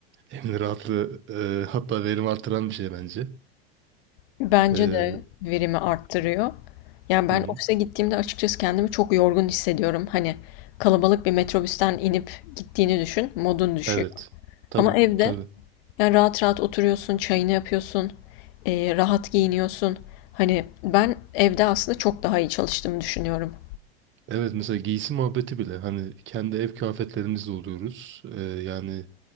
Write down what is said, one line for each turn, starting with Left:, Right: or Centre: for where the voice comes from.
Right: Yani rahatlığı e, hatta verim artıran bir şey bence.
Left: Bence
Right: E,
Left: de verimi arttırıyor. Yani ben
Right: hı hı.
Left: ofise gittiğimde açıkçası kendimi çok yorgun hissediyorum. Hani kalabalık bir metrobüsten inip gittiğini düşün, modun düşüyor.
Right: Evet. Tabii
Left: Ama evde
Right: tabii.
Left: Yani rahat rahat oturuyorsun, çayını yapıyorsun, eee, rahat giyiniyorsun. Hani ben evde aslında çok daha iyi çalıştığımı düşünüyorum.
Right: Evet mesela giysi muhabbeti bile hani kendi ev kıyafetlerimizle oluyoruz. E, yani